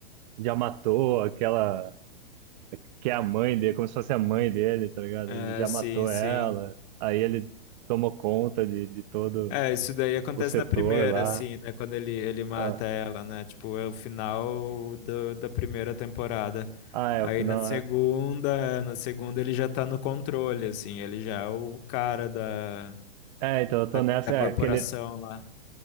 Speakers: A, on the right; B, on the left.
A: já matou aquela. que é a mãe dele, como se fosse a mãe dele, tá ligado?
B: É,
A: Ele já
B: sim,
A: matou
B: sim.
A: ela, aí ele tomou conta de, de todo
B: É, isso daí acontece
A: o setor
B: na primeira,
A: lá.
B: assim, né? Quando ele, ele mata
A: Ah,
B: ela, né? Tipo, é o final do, da primeira temporada.
A: ah, é,
B: Aí
A: o final
B: na segunda,
A: é.
B: na segunda ele já tá no controle, assim, ele já é o cara da,
A: É, então eu tô
B: da,
A: nessa,
B: da corporação
A: é, que ele.
B: lá.